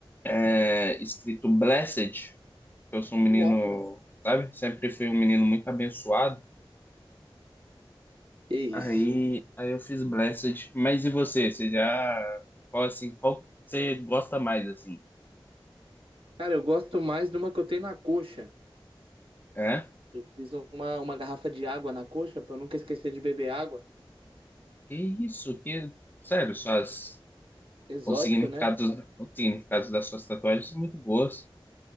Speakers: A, on the left; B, on the right.
A: é, escrito Blessed. Eu sou um menino,
B: Nossa.
A: sabe? Sempre fui um menino muito abençoado.
B: Que isso?
A: Aí, aí eu fiz Blessed. Mas e você? Você já qual assim, qual você gosta mais assim?
B: Cara, eu gosto mais de uma que eu tenho na coxa.
A: É?
B: Fiz uma, uma garrafa de água na coxa pra eu nunca esquecer de beber água.
A: Que isso? Que sério, suas
B: Exótico,
A: os significados,
B: né?
A: os significados das suas tatuagens são muito boas. <laughs>